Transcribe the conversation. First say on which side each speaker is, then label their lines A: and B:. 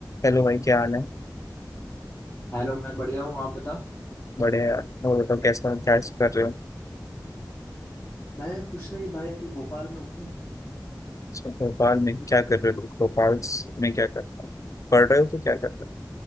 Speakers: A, on the left; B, on the left.
A: Hello भाई क्या हाल है
B: हेलो मैं बढ़िया हूँ आप बताओ
A: बड़े यार और बताओ कैसा हो? क्या कर रहे हो
B: मैं कुछ नहीं भाई अभी भोपाल में हूँ
A: अच्छा, भोपाल में क्या कर रहे हो भोपाल स- में क्या कर रहे हो पढ़ रहे हो कि क्या कर रहे हो